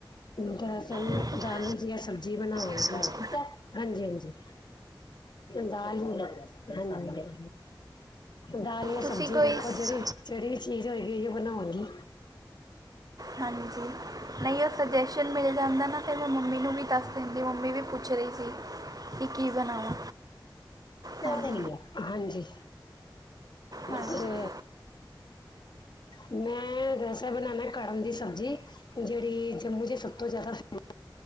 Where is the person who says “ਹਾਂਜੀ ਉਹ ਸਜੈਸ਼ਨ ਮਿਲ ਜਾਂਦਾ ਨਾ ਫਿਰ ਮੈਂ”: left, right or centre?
Right